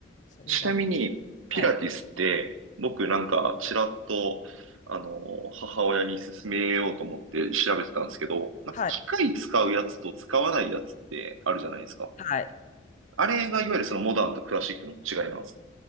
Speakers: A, on the left; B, on the right.
A: それが、
B: ちなみに、ピラティスって、
A: はい。
B: 僕なんか、ちらっと、あの、母親に勧めようと思って調べてたんですけど、まあ、
A: はい。
B: 機械使うやつと使わないやつってあるじゃないですか。
A: はい。
B: あれがいわゆるそのモダンとクラシックの違いなんですか